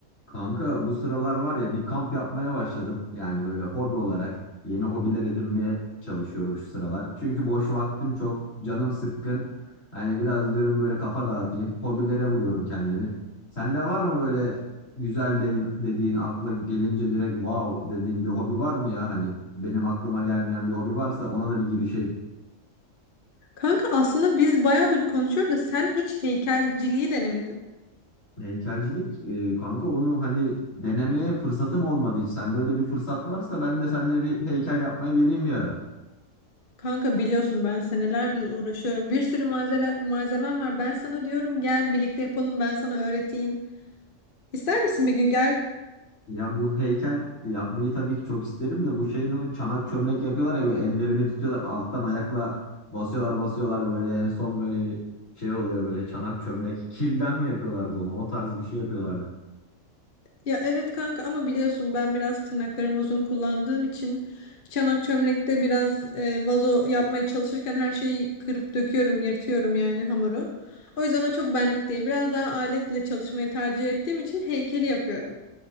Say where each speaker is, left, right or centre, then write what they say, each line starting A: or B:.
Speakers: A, on the left (about 75°); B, on the left (about 45°).
A: Kanka bu sıralar var ya bir kamp yapmaya başladım. Yani böyle hobi olarak yeni hobiler edinmeye çalışıyorum şu sıralar. Çünkü boş vaktim çok, canım sıkkın. Hani biraz diyorum böyle kafa dağıtayım. Hobilere vuruyorum kendimi. Sende var mı böyle güzel dediğin, dediğin akla gelince direkt wow dediğin bir hobi var mı ya? Hani benim aklıma gelmeyen bir hobi varsa ona da bir girişeyim.
B: Kanka aslında biz bayağıdır konuşuyoruz da sen hiç heykelciliği denemedin.
A: Heykelcilik e, kanka onu hani denemeye fırsatım olmadı hiç. Sende öyle bir fırsat varsa ben de seninle bir heykel yapmaya geleyim bir ara.
B: Kanka biliyorsun ben senelerdir uğraşıyorum. Bir sürü malzeme, malzemem var. Ben sana diyorum gel birlikte yapalım ben sana öğreteyim. İster misin bir gün gel?
A: Ya bu heykel yapmayı tabii ki çok isterim de bu şeyin o çanak çömlek yapıyorlar ya böyle ellerini tutuyorlar alttan ayakla basıyorlar basıyorlar böyle en son böyle bir şey oluyor böyle çanak çömlek kilden mi yapıyorlardı onu o tarz bir şey yapıyorlardı.
B: Ya evet kanka ama biliyorsun ben biraz tırnaklarımı uzun kullandığım için çanak çömlekte biraz e, vazo yapmaya çalışırken her şeyi kırıp döküyorum, yırtıyorum yani hamuru. O yüzden o çok benlik değil. Biraz daha aletle çalışmayı tercih ettiğim için heykeli yapıyorum.